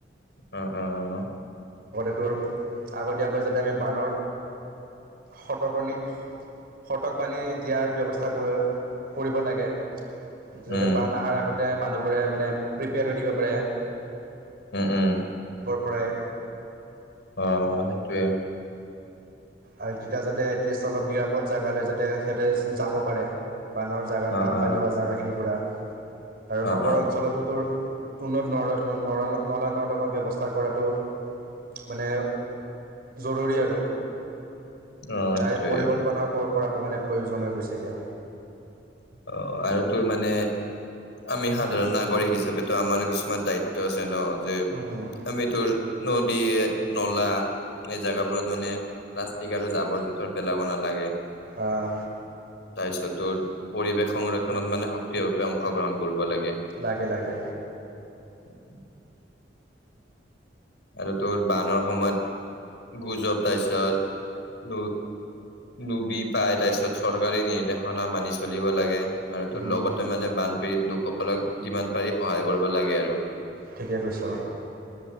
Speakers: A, on the left; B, on the right.
A: অ অ উম
B: <unintelligible> আগতীয়াকৈ যাতে আমি বানৰ শতপ <unintelligible> শতকবাণী দিয়াৰ ব্যৱস্থা কৰিব লাগে যাতে
A: উম
B: বান অহাৰ আগতে মানুহবোৰে মানে প্ৰিপেয়াৰ হৈ থাকিব পাৰে
A: উম উম
B: প্ৰায়
A: অ সেইটোৱে
B: আৰু তেতিয়া যাতে এটলিষ্ট অলপ নিৰাপদ জেগালৈ যাতে সিহঁতে যাব পাৰে বানৰ জেগা
A: অ
B: বানপানী
A: অ
B: হোৱা জেগাখিনিৰ পৰা আৰু
A: অ
B: নগৰ
A: অ
B: অঞ্চলতো তোৰ উন্নত নৰ ন নলা নৰ্দমা ব্যৱস্থা কৰাটো মানে জৰুৰী আৰু
A: অ সেইটোৱে
B: তাৰে পৰিকল্পনা কৰাটো মানে প্ৰয়োজন হৈ গৈছে এতিয়া।
A: অ আৰু তোৰ মানে আমি সাধাৰণ নাগৰিক হিচাপেটু আমাৰ কিছুমান দায়িত্ব আছে ন যে
B: উম
A: আমিতো নদী নলা এই জেগাবোৰত মানে প্লাষ্টিক আৰু জাবৰ জোথৰ পেলাব নালাগে
B: আহ
A: তাৰ পিছত তোৰ পৰিৱেশ সংৰক্ষনত মানে সক্ৰিয় ভাৱে অংশগ্ৰহণ কৰিব লাগে
B: লাগে লাগে
A: উম আৰু তোৰ বানৰ সময়ত গুজৱ তাৰপিছত লোবি পাই তাৰপিছত চৰকাৰী নিৰ্দেশনা মানি চলিব লাগে আৰু
B: উম
A: ত লগতে মানে বানপীড়িত লোকসকলক যিমান পাৰি সহায় কৰিব লাগে আৰু
B: ঠিকে কৈছ।